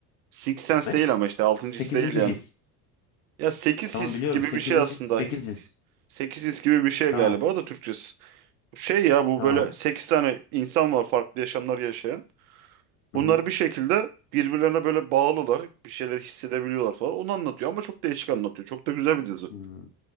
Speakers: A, on the right; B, on the left.
A: Six
B: demek.
A: Sense değil ama işte altıncı
B: Sekizinci
A: his değil yani.
B: his.
A: Ya 8
B: Tamam
A: his
B: biliyorum.
A: gibi
B: Sekizinci
A: bir şey aslında.
B: 8 his.
A: sekiz his gibi bir şey
B: Tamam
A: galiba da Türkçesi. Şey ya bu
B: tamam.
A: böyle 8 tane insan var farklı yaşamlar yaşayan. Bunlar
B: Hı hı.
A: bir şekilde birbirlerine böyle bağlılar. Bir şeyler hissedebiliyorlar falan. Onu anlatıyor ama çok değişik anlatıyor. Çok da güzel bir dizi.
B: Hmm.